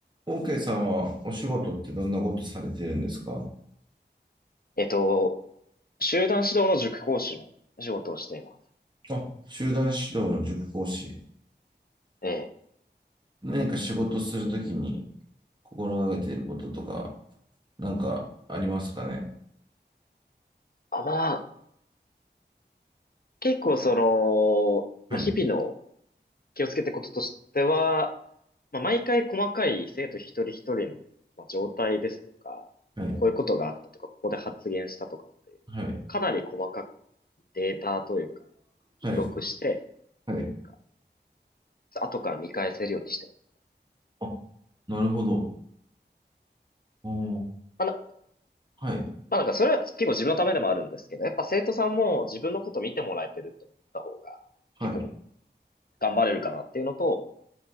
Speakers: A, on the right; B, on the left.
A: OK さんはお仕事ってどんなことされてるんですか
B: えっと、集団指導の塾講師の仕事をしています。
A: あ、集団指導の塾講師。
B: ええ。
A: 何か仕事するときに心がけていることとか、なんかありますかね
B: あ、まあ、結構その、
A: はい。
B: まあ、日々の気をつけてることとしては、まあ、毎回細かい生徒一人一人の、まあ、状態ですとか、
A: はい。
B: こういうことがあったとか、ここで発言したとかっていう、
A: はい。
B: かなり細かくデータというか、
A: はい。
B: 記録して、
A: はい。
B: なんか、後から見返せるようにしてます。
A: あ、なるほど。おー、
B: まあ、な
A: はい。
B: まあ、なんかそれは結構自分のためでもあるんですけど、やっぱ生徒さんも自分のこと見てもらえてると思った方が、
A: はい。
B: 結構頑張れるかなっていうのと、